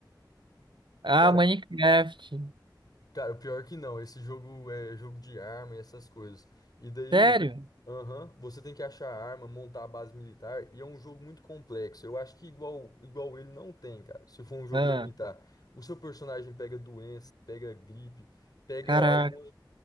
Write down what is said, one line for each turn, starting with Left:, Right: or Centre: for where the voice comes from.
Right: Ah,
Left: cara.
Right: Minecraft.
Left: Cara, o pior que não. Esse jogo é jogo de arma e essas coisas. E daí,
Right: Sério?
Left: aham, você tem que achar a arma, montar a base militar, e é um jogo muito complexo. Eu acho que igual, igual ele não tem, cara. Se for um jogo
Right: Ah,
Left: pra imitar, o seu personagem pega doença, pega gripe, pega
Right: caraca.
Left: algumas.